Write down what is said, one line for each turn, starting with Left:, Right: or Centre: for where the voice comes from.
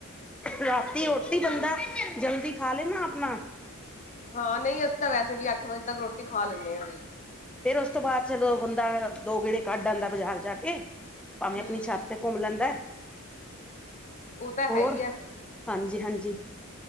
Centre: ਰਾਤੀ ਰੋਟੀ
Left: ਹੋਰ ਕੀ
Centre: ਬੰਦਾ ਜਲਦੀ ਖਾ ਲੇਨਾ ਆਪਨਾ
Left: ਹਾਂ, ਨਹੀਂ ਅਸੀਂ ਤਾਂ ਵੈਸੇ ਵੀ ਅੱਠ-ਵਜੇ ਤੱਕ ਰੋਟੀ ਖਾ ਲੈਂਨੇ ਆ, ਵੀ।
Centre: ਫੇਰ, ਉਸ ਤੋਂ ਬਾਅਦ ਚਲੋ ਬੰਦਾ ਦੋ ਗੇੜੇ ਕੱਢ ਆਉਂਦਾ ਬਾਜ਼ਾਰ ਜਾਕੇ ਭਾਵੇਂ
Left: ਹਮ
Centre: ਆਪਣੀ ਛੱਤ ਤੇ ਘੁੰਮ ਲੈਂਦਾ
Left: ਉਹ ਤਾਂ ਹੈ
Centre: ਹੋਰ,
Left: ਹੀ ਹੈ
Centre: ਹਾਂਜੀ-ਹਾਂਜੀ।